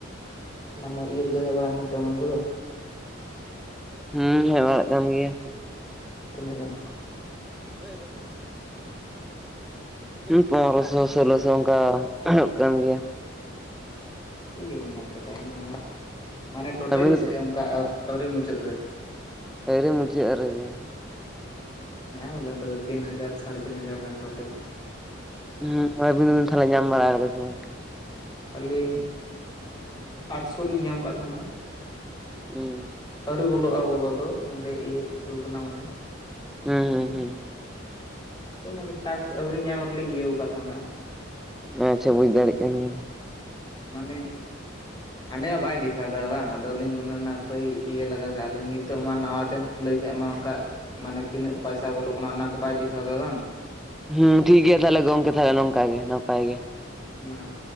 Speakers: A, on the left; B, in the centre.
A: ᱢᱟᱱᱮ ᱤᱭᱟᱹ ᱠᱚᱫᱚ ᱦᱮᱡ ᱵᱟᱲᱟᱭ ᱱᱟ ᱯᱮᱢᱮᱸᱴ ᱠᱚᱫᱚ
B: ᱦᱩᱸ ᱦᱮᱡ ᱵᱟᱲᱟᱜ ᱠᱟᱱ ᱜᱮᱭᱟ
A: ᱛᱤᱱᱟᱹᱜ ᱜᱟᱱ
B: <unintelligible> ᱯᱚᱱᱨᱚᱥᱚ ᱥᱳᱞᱳᱥᱚ ᱚᱱᱠᱟ ᱦᱩᱭᱩᱜ ᱠᱟᱱ ᱜᱮᱭᱟ
A: ᱴᱷᱤᱠ ᱜᱮ ᱵᱟᱹᱧ ᱧᱟᱢ ᱟᱠᱟᱫᱟ ᱤᱧ ᱢᱟ ᱢᱟᱱᱮ ᱴᱳᱴᱮᱞ
B: ᱟᱹᱵᱤᱱ ᱫᱚ
A: ᱥᱮ ᱚᱱᱠᱟ ᱟᱹᱣᱨᱤ ᱢᱩᱪᱟᱹᱫ ᱨᱮ
B: ᱟᱣᱨᱤ ᱢᱩᱪᱟᱹᱫ ᱨᱮᱜᱮ
A: ᱧᱟᱢᱟᱵᱮᱱ ᱛᱚᱵᱮ ᱛᱤᱱ ᱦᱟᱡᱟᱨ ᱥᱟᱲᱮ ᱛᱤᱱ ᱦᱟᱡᱟᱨ ᱜᱟᱱ ᱴᱳᱴᱮᱞ
B: ᱦᱩᱸ ᱟᱵᱤᱱ ᱛᱟᱦᱞᱮ ᱧᱟᱢ ᱵᱟᱲᱟ ᱠᱟᱫᱟ ᱥᱮ ᱵᱟᱝ
A: ᱟᱹᱞᱤᱧ ᱟᱴᱥᱳ ᱞᱤᱧ ᱧᱟᱢ ᱟᱠᱟᱫ ᱛᱟᱦᱮᱱᱟ
B: ᱦᱩᱸ
A: ᱟᱹᱣᱨᱤ ᱵᱚᱞᱚᱜᱼᱟ ᱵᱚᱞᱚ ᱫᱚ ᱚᱸᱰᱮ ᱤᱭᱟᱹ ᱟᱠᱟᱱᱟ ᱢᱟᱱᱮ
B: ᱦᱩᱸ ᱦᱩᱸ ᱦᱩᱸ
A: ᱛᱳ ᱢᱟᱱᱮ ᱴᱟᱠᱥ ᱟᱹᱣᱨᱤ ᱧᱟᱢ ᱨᱮᱞᱤᱧ ᱤᱭᱟᱹᱣ ᱠᱟᱫ ᱛᱟᱦᱮᱱᱟ
B: ᱟᱪᱪᱷᱟ ᱵᱩᱡ ᱫᱟᱲᱭᱟᱜ ᱠᱟᱱ ᱜᱤᱭᱟᱧ
A: ᱢᱟᱱᱮ ᱦᱟᱸᱰᱮ ᱢᱟ ᱵᱟᱭ ᱫᱮᱠᱷᱟᱣ ᱫᱟ ᱵᱟᱝ ᱟᱫᱚᱞᱤᱧ ᱜᱩᱱᱚᱱᱟ ᱦᱟᱯᱚᱭ ᱤᱭᱟᱹᱞᱟᱜᱟ ᱠᱟᱜᱼᱟ ᱞᱤᱧ ᱱᱤᱛ ᱛᱚ ᱢᱟ ᱱᱟᱣᱟ ᱛᱮᱢ ᱠᱷᱩᱞᱟᱣ ᱠᱷᱟᱡ ᱢᱟ ᱚᱱᱠᱟ ᱢᱟᱱᱮ ᱛᱤᱱᱟᱹᱜ ᱯᱟᱭᱥᱟ ᱵᱚᱞᱚᱜ ᱠᱟᱱᱟ ᱚᱱᱟ ᱠᱚ ᱵᱟᱭ ᱫᱮᱠᱷᱟᱣ ᱫᱟ ᱵᱟᱝ
B: ᱦᱮᱸ ᱴᱷᱤᱠ ᱜᱮᱭᱟ ᱛᱟᱦᱞᱮ ᱜᱚᱝᱠᱮ ᱛᱟᱦᱚᱞᱮ ᱱᱚᱝᱠᱟ ᱜᱮ ᱱᱟᱯᱟᱭ ᱜᱮ
A: ᱢᱟ